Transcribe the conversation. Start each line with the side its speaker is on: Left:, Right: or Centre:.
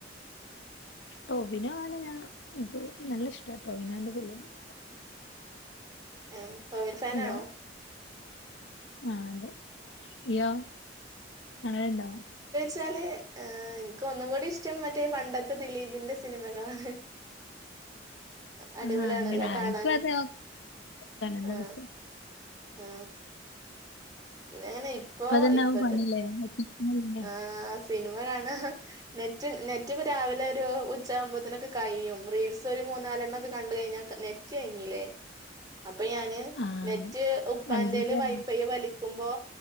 Left: ടോബിനോ ആണ് ഞാൻ ന്ക്ക് നല്ല ഇഷ്ട ടോബിനോന്റെ ഫിലീമൊക്കെ.
Right: ഏ <unintelligible> ഫേനാണോ?
Left: ഹലോ ആ അതെ. ഇയ്യോ കാണല്ണ്ടോ?
Right: <unintelligible> ല് ഇന്ക്ക് ഒന്നും കൂടിഷ്ടം മറ്റേ പണ്ടത്തെ ദിലീപിന്റെ സിനിമകളാണ്. അടിപൊളിയാണല്ലോ
Left: ആ അങ്ങനെ ആ
Right: കാണാന്
Left: എനിക്കും അത് കാണാൻ നല്ല
Right: ആ.
Left: രസാ
Right: ആ. പിന്നെ ഞാൻ ഇപ്പോ
Left: ഇപ്പ അതന്നെ
Right: ഇപ്പത്തെ.
Left: ആവും പണില്ലേ ഒറ്റയ്ക്കിരുന്നല്ലേ.
Right: ആ. സിനിമ കാണാ നെറ്റ് നെറ്റ് <unintelligible> രാവിലെ ഒരു ഉച്ചകുമ്പോത്ത്നൊക്കെ കഴിയും റീൽസ് ഒരു. മൂന്നാലെണ്ണോക്കെ കണ്ട് കഴിഞ്ഞാ നെറ്റ് കഴിഞ്ഞിലേ.
Left: <inaudible>
Right: അപ്പ യാന്
Left: ആ
Right: നെറ്റ് ഉപ്പാന്റെല്
Left: മഞ്ചേരി
Right: വൈഫൈ വലിക്ക്മ്പോ.